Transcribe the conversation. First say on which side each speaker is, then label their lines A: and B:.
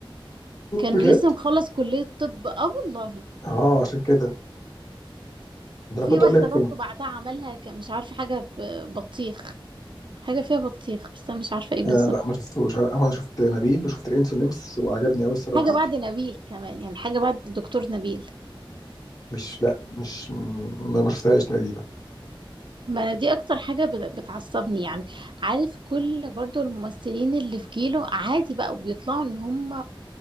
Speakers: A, on the right; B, on the left.
A: كان
B: بجد
A: لسه مخلص كلية طب اه والله
B: اه عشان كده ده
A: وفي
B: انا كنت
A: واحدة
B: اقول لك
A: برضو بعدها عملها ك- مش عارفة حاجة ب- بطيخ حاجة فيها بطيخ بس أنا مش عارفة ايه بالظبط
B: آه لا ما شفتوش انا أنا شفت نبيل وشفت الانس والنمس وعجبني قوي الصراحه
A: حاجة بعد نبيل كمان يعني حاجة بعد الدكتور نبيل
B: مش لا مش ما ما شفتهاش تقريبا
A: ما دي أكتر حاجة بت- بتعصبني يعني عارف كل برضو الممثلين اللي في جيله عادي بقى بيطلعوا إن هم